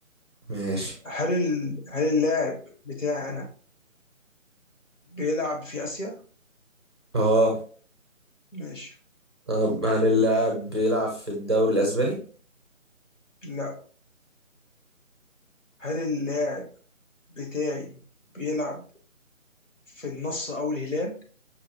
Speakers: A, on the right; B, on the left.
A: ماشي
B: هل ال... هل اللاعب بتاعنا بيلعب في آسيا؟
A: اه
B: ماشي
A: طب هل اللاعب بيلعب في الدوري الأسباني؟
B: لا هل اللاعب بتاعي بيلعب في النصر أو الهلال؟